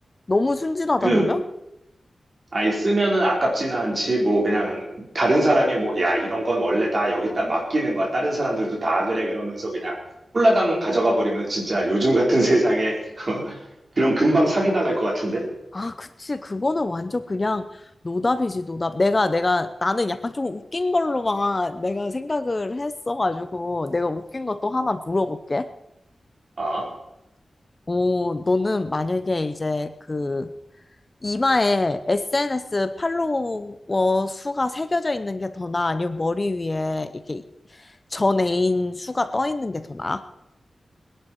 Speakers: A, on the left; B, on the right.
A: 너무 순진하다
B: 그,
A: 보면?
B: 아예 쓰면은 아깝지는 않지, 뭐, 그냥, 다른 사람이 뭐, 야, 이런 건 원래 다 여기다 맡기는 거야. 다른 사람들도 다 그래. 그러면서 그냥 홀라당 가져가 버리면 진짜 요즘 같은 세상에 <laughs> 그런 금방 사기당할 것 같은데?
A: 아, 그치. 그거는 완전 그냥 노답이지, 노답. 내가, 내가, 나는 약간 좀 웃긴 걸로만 내가 생각을 했어가지고, 내가 웃긴 것도 하나 물어볼게.
B: 아,
A: 어, 너는 만약에 이제 그, 이마에 SNS 팔로워 수가 새겨져 있는 게 더 나아? 아니면 머리 위에 이렇게 전 애인 수가 떠 있는 게 더 나아?